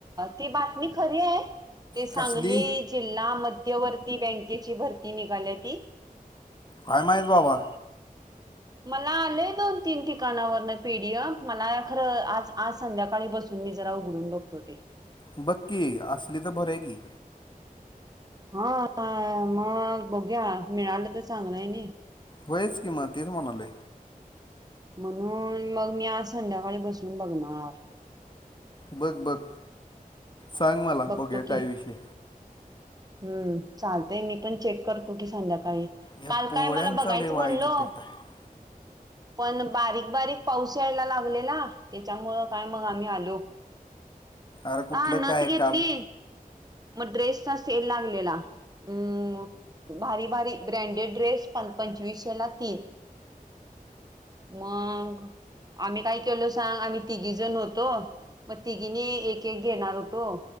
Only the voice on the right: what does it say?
ती बातमी खरी आहे? ते सांगली
जिल्हा मध्यवर्ती बँकेची भरती निघाल्या ती.
मला आलय दोन तीन ठिकाणावरन पीडीएफ मला खरं आज आज संध्याकाळी बसून मी जरा उघडून बघतो ते.
हा, मग बघूया मिळालं तर चांगलं हाय नाय.
म्हणून, मग मी आज संध्याकाळी बसून बघणार.
बघतो
की.
हम्म चालतंय मी पण चेक करतो की संध्याकाळी.
काल
काय मला बघायचं
म्हणलो.
पण बारीक-बारीक पाऊस यायला लागलेला. त्याच्यामुळं काय मग आम्ही आलो.
हा नथ
घेतली.
मग ड्रेसचा सेल लागलेला. अम् भारी-भारी ब्रँडेड ड्रेस पन. पंचवीसशेला तीन. मग. आम्ही काय केल सांग. आम्ही तिघी जण होतो. मग तिघीने एक-एक घेणार होतो.